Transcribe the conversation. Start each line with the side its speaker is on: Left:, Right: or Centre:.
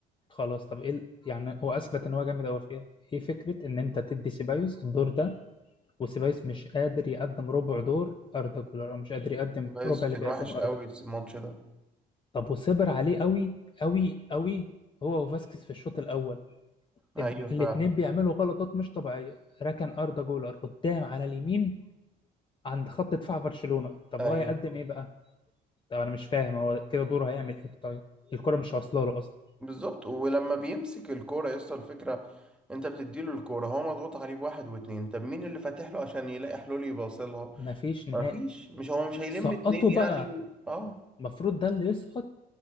Left: خلاص طب ايه ال- يعني هو اثبت ان هو جامد قوي فيها ايه فكرة ان انت تدي سيبايوس الدور ده وسيبايوس مش قادر يقدم ربع دور اردا جولر او مش قادر يقدم
Centre: بس
Left: ربع
Centre: كان
Left: اللي بيقدمه
Centre: وحش قوي
Left: اردا جولر
Centre: الماتش ده
Left: طب وصبر عليه قوي قوي قوي هو وفاسكيز في الشوط الاول
Centre: ايوه
Left: ال-
Centre: فعلا
Left: الاتنين بيعملوا غلطات مش طبيعية ركن اردا جولر قدام على اليمين عند خط دفاع برشلونة طب
Centre: ايوه
Left: هو يقدم ايه بقى طب انا مش فاهم هو كده دوره هيعمل ايه طيب الكرة مش واصله له اصلا
Centre: بالظبط ولما بيمسك الكوره يوصل الفكره انت بتديله الكوره هو مضغوط عليه بواحد واتنين طب مين اللي فاتح له عشان يلاقي حلول يباصلها
Left: مفيش نهائي
Centre: ما فيش مش هو مش هيلم
Left: سقطوا
Centre: اتنين يعني
Left: بقى
Centre: اه
Left: المفروض ده اللي يسقط